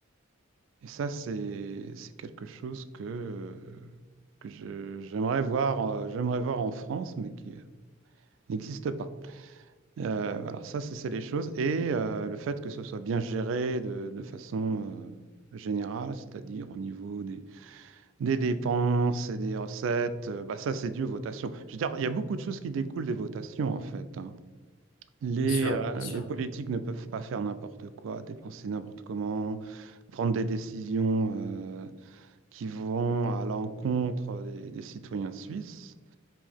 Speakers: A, on the right; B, on the left.
A: Et ça, c'est, c'est quelque chose que, euh, que je- j'aimerais voir, euh, j'aimerais voir en France, mais qui euh, n'existe pas. Euh, voilà, ça, c'est c'est les choses. Et euh, le fait que ce soit bien géré de, de façon euh, générale, c'est-à-dire au niveau des dépenses et des recettes, euh, bah ça c'est dû aux votations. Je veux dire, il y a beaucoup de choses qui découlent des votations en fait. hein. Les,
B: Bien sûr,
A: euh,
B: bien sûr.
A: les politiques ne peuvent pas faire n'importe quoi, dépenser n'importe comment, prendre des décisions euh, qui vont à l'encontre des, des citoyens suisses